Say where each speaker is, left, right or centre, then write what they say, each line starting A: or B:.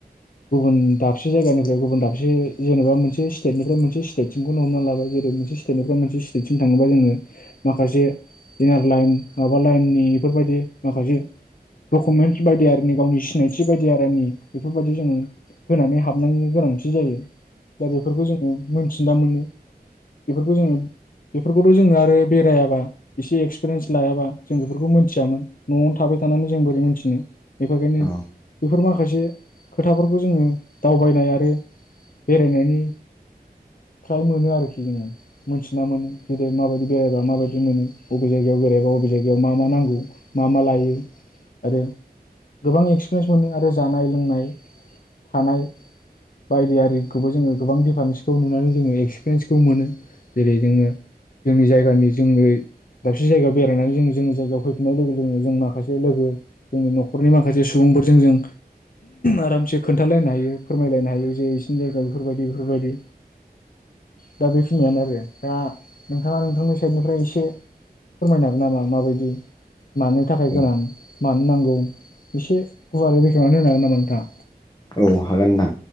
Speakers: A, on the left; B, on the left.
A: गुबुन दाबसे जायगानिफ्राय गुबुन दाबसे जेनेबा मोनसे स्टेटनिफ्राय मोनसे स्टेटसिमखौनो हमना लाबाय जेरै मोनसे स्टेटनिफ्राय मोनसे स्टेटसिम थाङोबा जोङो माखासे इनार लाइन माबा लाइननि बेफोरबायदि माखासे डकुमेन्टस बायदि आरोनि गावनि सिनायथि बायदि आरोनि बेफोरबायदि जों होनानै हाबनायनि गोनांथि जायो दा बेफोरखौ जोङो मोनथिना मोनो बेफोरखौ जोङो बेफोरखौथ' जोङो आरो बेरायाबा एसे एक्सपिरियेन्स लायाबा जों बेफोरखौ मोनथियामोन न'आवनो थाबाय थानानै जों बोरै मोनथिनो बेफोरखायनो
B: औ
A: बेफोर माखासे मोनसे खोथाफोरखौ जोङो दावबायनाय आरो बेरायनायनि फ्राय मोनो आरोखि जोङो मोनथिना मोनो जदो माबायदि बेरायबा माबायदि मोनो बबे जायगाव बेरायबा बबे जाय मा मा नांगौ मा मा लायो आरो गोबां एक्सपिरिेन्स मोन आरो जानाय लोंनाय थानाय बायदियिखौबो जोङो गोबां दिफारेन्सखौ नुनानै जो एक्पिरिन्सखौ मोनो जेरै जोङो जोंनि ज ज दाबसे जायगायाव बेरायनानै जों जोंनि जायगायाव फैफिननाय लोगो लोगोनो जों माखासे लोगो जोंनि न'खरनि माखासे सुबुंफोरजों जों आरामसे खोन्थालायनो हायो फोरमायलायनो हायो जे बिसिनि जायगायाव बेफोरबायदि बेफोरबायदि दा बेखिनियानो आरो दा नोंथाङा नोंथांनि साइडनिफ्राय एसे फोरमायनो हागोन नामा माबायदि मानो थाखाय
B: औ
A: गोनां मा नांगौ एसे गुवारै बेखेवनानै होनो हागोन नामा नोंथाङा
B: औ हागोन नोंथां